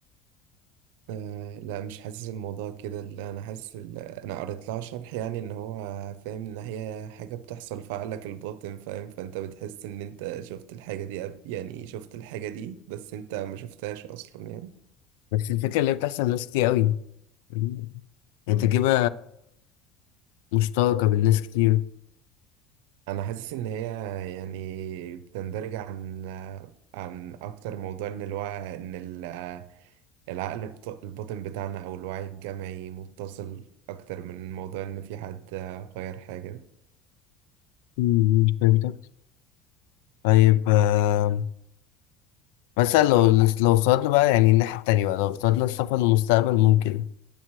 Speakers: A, on the right; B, on the left.
A: آه لا مش حاسس الموضوع كده لا، انا حاسس ال- انا قريت لها شرح يعني ان هو فاهم ان هي حاجه بتحصل في عقلك الباطن فاهم فانت بتحس ان انت شفت الحاجه دي قبل- يعني شفت الحاجه دي بس انت ما شفتهاش اصلا يعني
B: بس الفكرة اللي هي بتحصل لناس كتير أوي مم. هي تجربة مشتركة بين ناس كتير
A: انا حاسس ان هي يعني بتندرج عن عن اكتر موضوع ان الوعي ان ال- العقل بت- الباطن بتاعنا او الوعي الجمعي متصل اكتر من موضوع ان في حد غير حاجه
B: مم، فهمتك طيب آه مثلا لو لو صعدنا بقى يعني الناحية التانية بقى لو افترضنا السفر للمستقبل ممكن